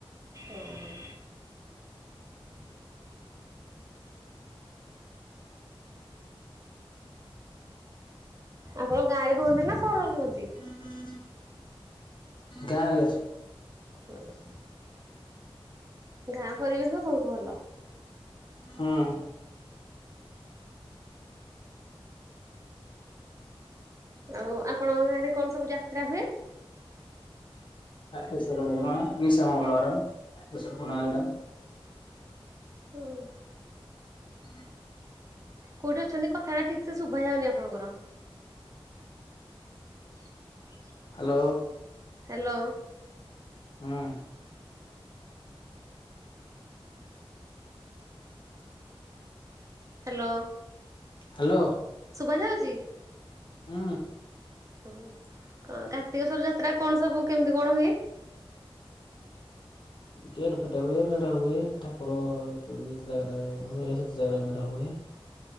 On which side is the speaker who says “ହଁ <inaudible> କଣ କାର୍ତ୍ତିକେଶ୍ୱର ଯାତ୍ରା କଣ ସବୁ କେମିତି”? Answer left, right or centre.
Right